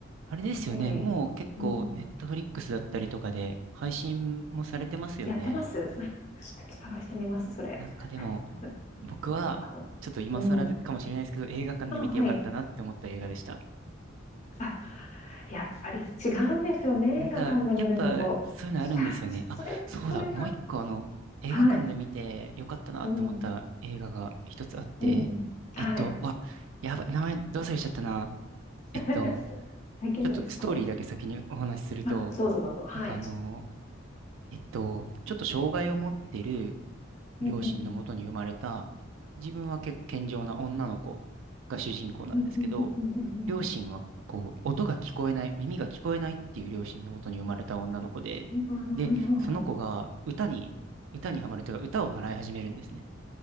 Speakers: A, on the right (about 75°); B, on the left (about 35°).
A: あれですよね。
B: すごい。
A: もう結構、
B: うん。
A: ネットフリックスだったりとかで配信もされてますよね。
B: やってます？<laughs> ちょっと探してみます、それ。
A: なんかでも、
B: <laughs>
A: 僕は、
B: はいかも。
A: ちょっと今更でかもしれないですけど、
B: うん。
A: 映画館で見てよかったなって思った映画でした。
B: あはい。あ、やっぱり違うんですよね、
A: なんか、
B: 映画館で見るのと。
A: やっぱ、そういうのあるんですよね。
B: いや、それそれなん
A: あ、そうだ、もう一個あの、映画館で見てよかったなって思った映画が一つあって、
B: はい。うん。うんうんはい。
A: えっと、わ、やばい、名前どう忘れしちゃったな。えっと、
B: <laughs> 最近のですか？
A: ちょっとストーリーだけ先にお話しすると、
B: あ、どうぞどうぞ、はい。
A: なんかあの、えっと、ちょっと障害を持ってる両親のもとに生まれた、
B: うん、うんうん。
A: 自分は結構健常な女の子が主人公なんですけど、
B: うん、うんうんうんうんうん。
A: 両親はこう、音が聞こえない、耳が聞こえないっていう両親のもとに生まれた女の子で、
B: なあ、
A: で、その子が歌に、歌にハマるというか、歌を習い始めるんですね。